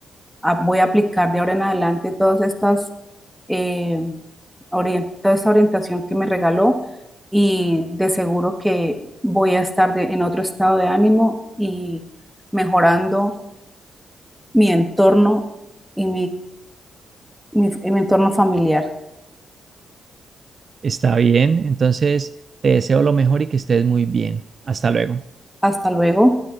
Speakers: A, in the centre; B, on the right.
A: a- voy a aplicar de ahora en adelante todas estas, eh, orien- toda esta orientación que me regaló y de seguro que voy a estar de- en otro estado de ánimo y mejorando mi entorno y mi mi- mi entorno familiar.
B: Está bien. Entonces, te deseo lo mejor y que estés muy bien. Hasta luego.
A: Hasta luego.